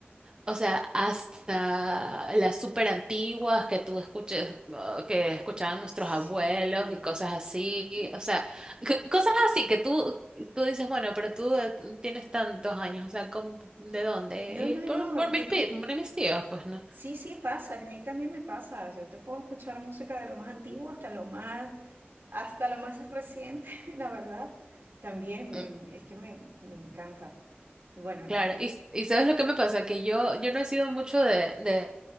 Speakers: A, on the right; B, on the right.
A: O sea, hasta las súper antiguas que tú escuches, uh, que escuchaban nuestros
B: Sí.
A: abuelos y cosas así, o sea, c- cosas así que tú, tú dices, bueno, pero tú eh, tienes tantos años, o sea, ¿cómo- ¿de dónde?
B: No,
A: Y
B: no,
A: es por,
B: no,
A: por
B: y
A: mis,
B: es
A: pi-
B: que
A: por mis tíos, pues, ¿no?
B: sí, sí pasa, que a mí también me pasa. Yo te puedo escuchar música de lo más antiguo hasta lo más, hasta lo más reciente, <laughs> la verdad. También me,
A: Mm,
B: es que me, me encanta. Y bueno,
A: Claro, y, s- y ¿sabes lo que me pasa? Que yo, yo no he sido mucho de, de,